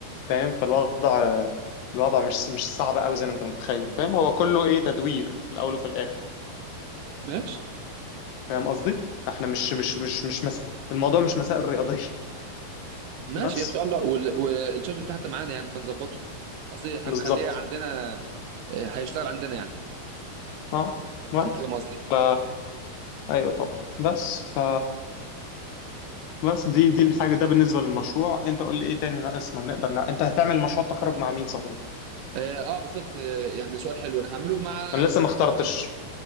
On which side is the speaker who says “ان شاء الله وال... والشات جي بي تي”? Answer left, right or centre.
Right